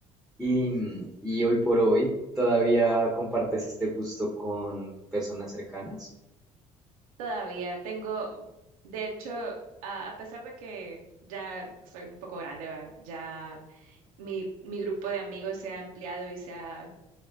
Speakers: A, in the centre; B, on the right.
A: Y, mm, y hoy por hoy, ¿todavía compartes este gusto con personas cercanas?
B: todavía tengo, de hecho, a, a pesar de que ya soy un poco grande, ¿va? Ya mi, mi grupo de amigos se ha ampliado y se ha